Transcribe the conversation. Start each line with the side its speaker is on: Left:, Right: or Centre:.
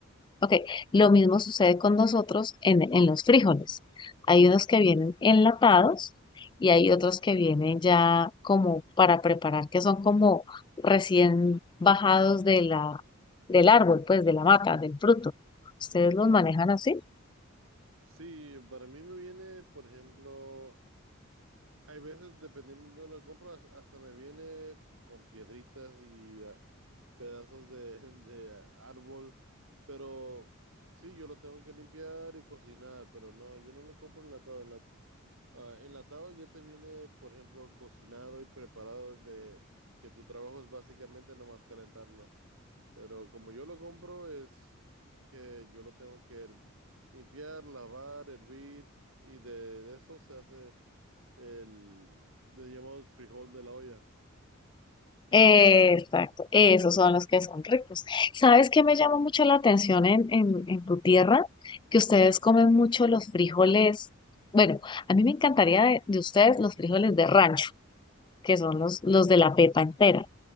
Left: Ok, lo mismo sucede con nosotros en, en los frijoles. Hay unos que vienen enlatados y hay otros que vienen ya como para preparar, que son como recién bajados de la, del árbol, pues de la mata, del fruto. ¿Ustedes
Right: Sí.
Left: los manejan así?
Right: Sí, para mí me viene, por ejemplo, hay veces, dependiendo de dónde lo compro, has- hasta me viene con piedritas y ah, pedazos de, <laughs> de árbol. Pero sí, yo lo tengo que limpiar y cocinar, pero no, yo no lo compro enlatado. Ah, enlatado ya te viene, por ejemplo, cocinado y preparado de que tu trabajo es básicamente nomás calentarlo. Pero como yo lo compro es que yo lo tengo que her- limpiar, lavar, hervir y de, de eso se hace el de llamados frijol de la olla.
Left: Exacto, esos son los que son ricos. ¿Sabes qué me llama mucho la atención en, en, en tu tierra? Que ustedes comen mucho los frijoles. Bueno, a mí me encantaría de, de ustedes los frijoles de rancho, que son los, los de la pepa entera,